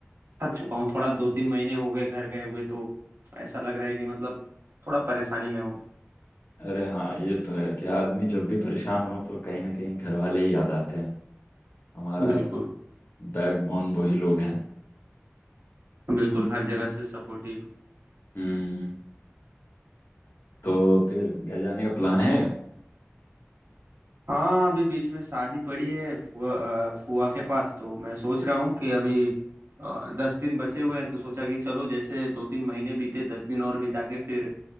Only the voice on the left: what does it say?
अरे हाँ ये तो है कि आदमी जब भी परेशान हो तो कहीं ना कहीं घर वाले ही याद आते हैं हमारा
बैकबोन वही लोग हैं
हम्म तो फिर घर जाने का प्लान है